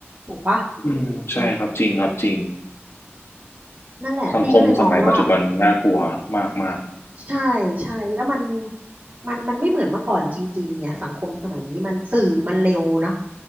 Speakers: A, on the right (about 45°); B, on the left (about 70°).
A: ถูกปะ
B: อืมใช่ครับจริงครับจริง
A: อืมนั่นแหละพี่ก็เลยมองว่า
B: สังคมสมัยปัจจุบันน่ากลัวมากมาก
A: ใช่ใช่แล้วมันมันมันไม่เหมือนเมื่อก่อนจริงๆเนี่ยสังคมสมัยนี้มันสื่อมันเร็วเนาะ